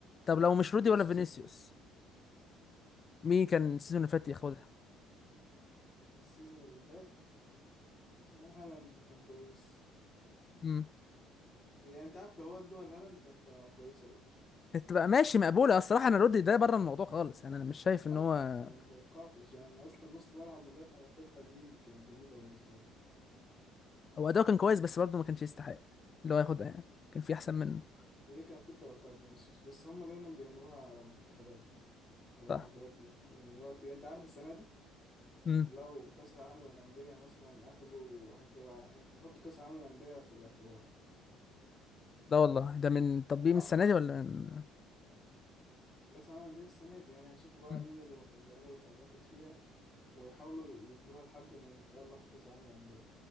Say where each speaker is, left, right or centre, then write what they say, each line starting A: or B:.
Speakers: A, on the left (about 40°); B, on the left (about 20°).
A: طب لو مش
B: وفينيسيوس
A: رودي ولا فينيسيوس
B: أكيد.
A: مين كان السيزون
B: ماشي
A: اللي فات ياخدها
B: السيزون اللي فات آه، هالاند كان كويس
A: امم
B: يعني أنت عارف لو هو ادوها لهالاند كانت هتبقى كويسة برضه
A: تبقى ماشي مقبوله الصراحه انا رودي ده بره الموضوع خالص يعني انا مش شايف
B: اه
A: ان هو
B: ما توقعتش يعني إن اصلا نص ملعب مدافع ياخدها دي كانت جديدة بالنسبة لي
A: هو اداؤه كان كويس بس برضه ما كانش يستحق اللي هو ياخدها يعني كان في احسن منه
B: هي كفول تبقى بتاعت فينيسيوس بس هم دايما بيعملوها على منتخبات على
A: صح
B: البطولات دي يعني وقت يعني انت عارف السنه دي
A: امم
B: لو كاس العالم للانديه مثلا اخذوا هتبقى هي- هيحطوا كاس العالم للانديه في الاعتبار
A: لا والله ده من تطبيق
B: اه
A: من السنه دي ولا من...
B: كاس العالم للانديه السنه دي يعني هيشوفوا بقى
A: امم.
B: مين اللي مت- اللعيبه اللي اتألقت فيها ويحاولوا يدوها لحد من اللي اتألق في كاس العالم للانديه